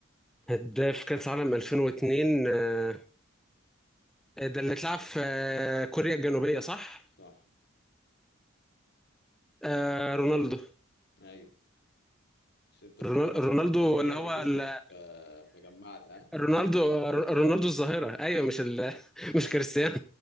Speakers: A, in the centre; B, on the left.
A: هداف كأس عالم 2002 آه ده اللي اتلعب في آه كوريا الجنوبية صح؟
B: صح
A: آه رونالدو
B: ايوه عشان انت افتكرت
A: رونال- رونالدو
B: ان البرازيل
A: اللي
B: هي اللي
A: هو
B: كسبت
A: ال-
B: ف... فجمعت ها
A: رونالدو رونالدو الظاهرة أيوة مش ال... <laughs> مش
B: ايوه
A: كريستيانو